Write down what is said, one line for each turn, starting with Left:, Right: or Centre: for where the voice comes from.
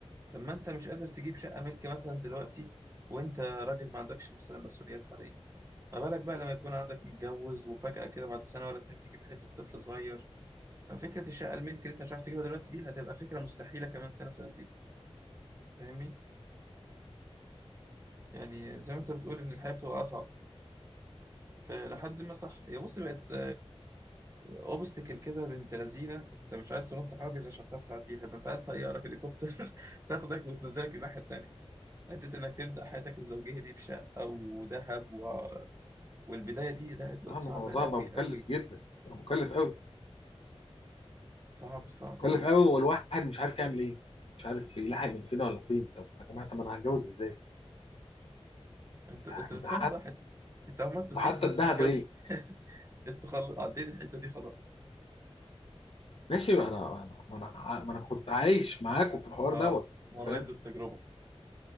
Right: لما أنت مش قادر تجيب شقة ملك مثلا دلوقتي وأنت راجل ما عندكش مثلا مسؤوليات حالية ما بالك بقى لما يكون عندك متجوز وفجأة كده بعد سنة ولا اتنين تجيب حتة طفل صغير ففكرة الشقة الملك اللي أنت مش عارف تجيبها دلوقتي دي هتبقى فكرة مستحيلة كمان سنة سنتين فاهمني؟ يعني زي ما أنت بتقول إن الحياة بتبقى أصعب فلحد ما صح هي بص بقت اوبستكل كده بنت لذينه انت مش عايز تنط حاجز عشان تعرف تعديها ده انت عايز طياره هليكوبتر <laughs> تاخدك وتنزلك الناحيه التانيه حتة إنك تبدأ حياتك الزوجية دي بشقة وذهب و... والبداية دي لا بقت
Left: اه الموضوع
Right: صعبة أوي
Left: بقى مكلف
Right: أوي
Left: جدا بقى مكلف قوي
Right: صعب صعب
Left: مكلف
Right: أوي بصراحة
Left: قوي والواحد مش عارف يعمل ايه مش عارف يلاحق من فين ولا فين طب يا جماعة طب انا هتجوز ازاي
Right: أنت
Left: يعني
Right: أنت بس
Left: ده
Right: أنا صح أنت أنت عمال تصيح
Left: ده حتى
Right: ما أنت
Left: الذهب
Right: متجوز
Left: غلي
Right: <laughs> أنت خل... عديت الحتة دي خلاص
Left: ماشي انا انا ما انا ع- ما انا كنت عايش معاكم في الحوار
Right: أه
Left: دوت انت
Right: مريت
Left: فاهم
Right: بالتجربة